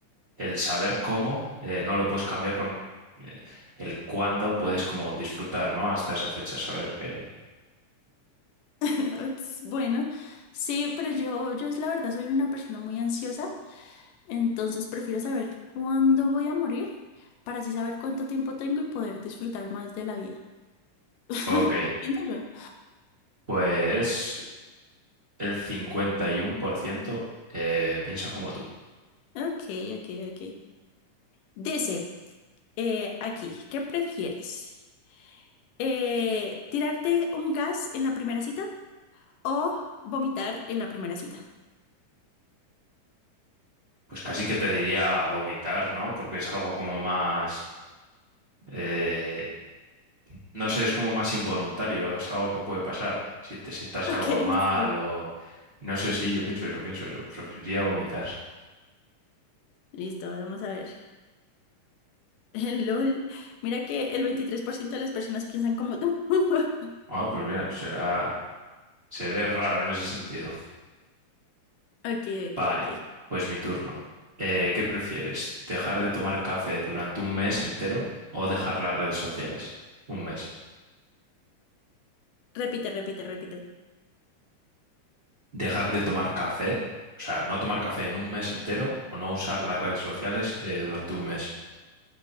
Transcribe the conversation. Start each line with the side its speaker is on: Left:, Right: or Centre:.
Right: el saber cómo, eh, no lo puedes cambiar, pero eh, el cuándo puedes como disfrutar, ¿no? Hasta esa fecha, saber que...
Left: <laughs> Ups, Bueno, sí, pero yo, yo la verdad soy una persona muy ansiosa, entonces prefiero saber cuándo voy a morir para así saber cuánto tiempo tengo y poder disfrutar más de la vida. <laughs>
Right: Ok,
Left: Entiéndalo.
Right: pues el 51% eh, piensa como tú.
Left: Ok, ok, ok. Dice. Eh, aquí, ¿qué prefieres? Eh, ¿tirarte un gas en la primera cita o vomitar en la primera cita? <laughs>
Right: Pues casi que te diría vomitar, ¿no? Porque es algo como más, eh, no sé, es como más involuntario, es algo que puede pasar. Si te sientas
Left: Ok,
Right: algo mal
Left: sí.
Right: o... No sé si yo pienso eso, pienso eso. Preferiría vomitar.
Left: Listo, vamos a ver. <laughs> LOL, mira que el 23% de las personas piensan como tú. <laughs>
Right: Ah, pues mira, será, seré raro en ese sentido.
Left: Ok, ok,
Right: Vale,
Left: ok.
Right: pues mi turno. Eh, ¿qué prefieres? ¿Dejar de tomar café durante un mes entero o dejar las redes sociales? Un mes.
Left: Repite, repite, repite.
Right: dejar de tomar café, o sea, no tomar café en un mes entero o no usar las redes sociales eh, durante un mes.